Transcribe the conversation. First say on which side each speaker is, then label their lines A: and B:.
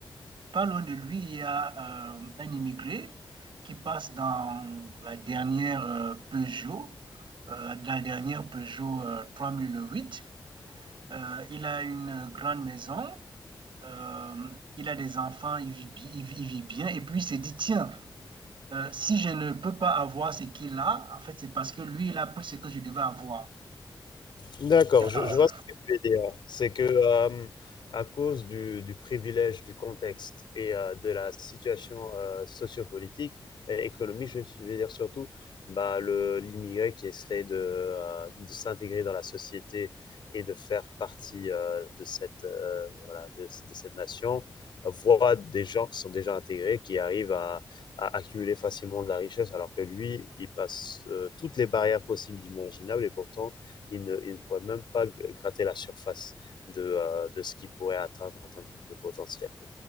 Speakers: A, on the right; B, on the left.
A: pas loin de lui, il y a euh, un immigré qui passe dans la dernière euh, Peugeot, euh, la dernière Peugeot euh, 3008. Euh, il a une grande maison. euh, il a des enfants, il vit, il il vit bien. Et puis, il s'est dit, tiens, euh, si je ne peux pas avoir ce qu'il a, en fait, c'est parce que lui, il a pris ce que je devais avoir.
B: D'accord,
A: C'est
B: je,
A: parti.
B: je vois ce que tu veux dire. C'est que euh, à cause du, du privilège, du contexte et euh, de la situation euh, sociopolitique et économique, je, je veux dire surtout, bah, le, l'immigré qui essaie de, euh, de s'intégrer dans la société et de faire partie euh, de cette, euh, voilà, de, de cette nation euh, voit des gens qui sont déjà intégrés, qui arrivent à, à accumuler facilement de la richesse, alors que lui, il passe euh, toutes les barrières possibles, imaginables, et pourtant il ne, il ne pourrait même pas gratter la surface de, euh, de ce qu'il pourrait atteindre en termes de potentiel.